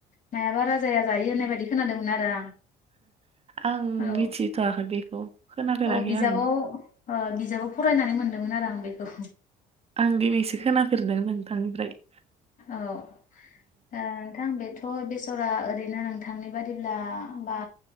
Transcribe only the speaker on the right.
आं
मिथिथवाखै बेखौ खोनाफेराखै
आं।
आं दिनैसो खोनाफेरदों नोंथांनिफ्राय।